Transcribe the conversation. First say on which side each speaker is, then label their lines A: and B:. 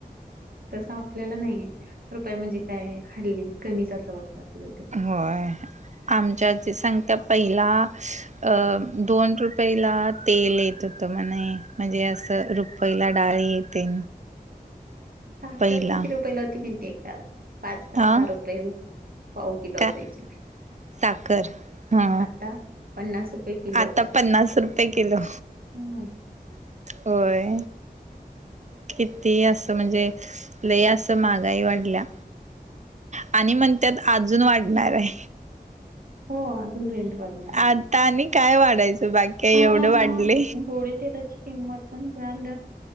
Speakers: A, on the right; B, on the right.
A: तसं आपल्याला नाहीे रुपया म्हणजे काय, हल्ली कमीच असं वाटतं आपल्याला ते.......
B: होय. आमची आजी सांगता पहिला.... स्स्... अ दोन रुपयल तेल येत होतं म्हणे, म्हणजे असं रु पहिला डाळी येते
A: साखर
B: पहिला
A: किती रुपयला होती म्हनते काल? पाच का
B: हा
A: सहा रुपये पाऊ किलो
B: का
A: असायची.
B: साखर हा
A: आता पन्नास रुपये किलो.
B: आता पन्नास रुपये किलो.
A: हम्म.
B: होय. किती असं म्हणजे लय असं महागाई वाढल्या. आणि म्हणत्यात अजून वाढणार आय.
A: हो अ जून - रेंट वाढणार आय.
B: आता आणि काय वाढायचं बाकी आहे
A: काल
B: एवढं
A: आता
B: वाढले
A: गोडे तेलाची किंमत पण काल